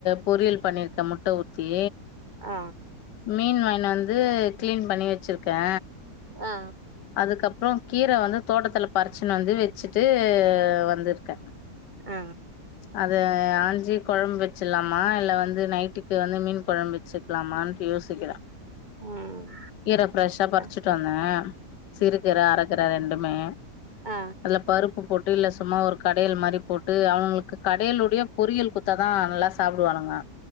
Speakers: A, on the left (about 85°); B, on the right (about 25°).
A: பொரியல் பண்ணிர்க்கே முட்ட ஊத்தி
B: ஆ
A: மீன் வாங்கின்னு வந்து கிளீன் பண்ணி வச்சிருக்கே
B: ஆ
A: அதுக்கப்பறோ கீர வந்து தோட்டத்துல பறிச்சுன்னு வந்து வெச்சுட்டு வந்திருக்கே
B: ஆ
A: அத ஆஞ்சி கொழம்பு வச்சில்லாமா இல்ல வந்து நைட்டுக்கு வந்து மீன் கொழம்பு வச்சுக் கலாமான் யோசிக்கிறே
B: ம்
A: கீர ஃப்ரெஷ்ஷா பறிச்சுட்டு
B: ஆ
A: வந்தே சிறுகீர அர கிற ரெண்டுமே
B: ஆ
A: அதுல பருப்பு போட்டு இல்ல சும்மா ஒரு கடையல் மாரி போட்டு அவுங்களுக்கு கடையளுடைய பொறியல் கு டுத்ததா நல்லா சாப்புடுவானுங்க